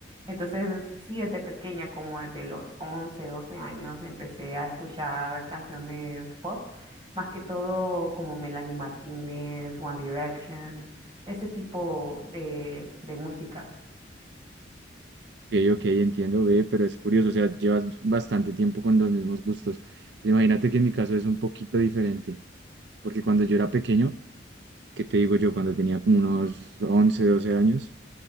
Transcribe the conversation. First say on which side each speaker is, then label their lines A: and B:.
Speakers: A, on the right; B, on the right.
A: Entonces, sí, desde pequeña, como desde los 11 12 años, empecé a escuchar canciones pop, más que todo como Melanie Martínez, One Direction ese tipo de, de música.
B: Ok, ok, entiendo, ve, pero es curioso, o sea, llevas bastante tiempo con los mismos gustos. Pues imagínate que en mi caso es un poquito diferente, porque cuando yo era pequeño, ¿qué te digo yo? Cuando tenía como unos 11, 12 años,